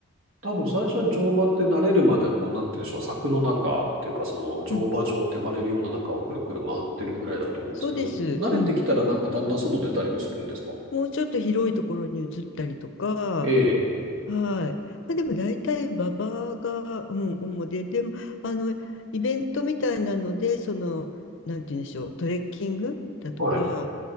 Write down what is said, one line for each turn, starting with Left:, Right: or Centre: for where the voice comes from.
Right: 多分最初は乗馬って慣れるまでは、こう、なんて言うんでしょう、柵の中っていうか、その乗馬場って呼ばれるような中をくるくる回ってるぐらいだと思うんですけど、
Left: うん、そうです。
Right: 慣れてきたらなんかだんだん外出たりもするんですか
Left: うん、もうちょっと広いところに移ったりとか、
Right: ええ、
Left: はい。まあ、でも大体馬場が、うん、主で、でもあのイベントみたいなのでそのなんて言うんでしょうトレッキングだとか、
Right: はい、